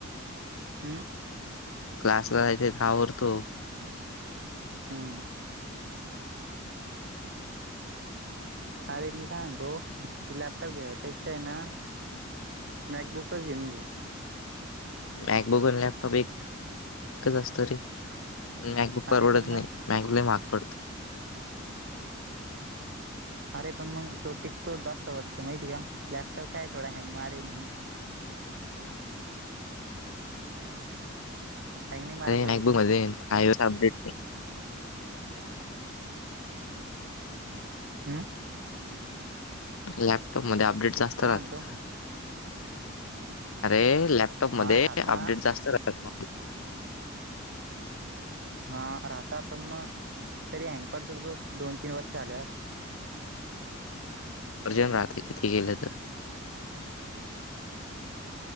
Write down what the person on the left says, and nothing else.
क्लासला जायच ावरतो
मॅकबुक आणि लॅपटॉप एक एकच असत रे प मॅकबुक परवडत
नाही बँगले माग पडतो
अरे
नाकबुक
मध्ये अपडेट
लॅपटॉपमध्येध्ये अपडेट जास्त
राहत
अरे लॅपटॉप मध्ये
अपडेट जास्त राहत
वर्जन राहतं किती केलं तर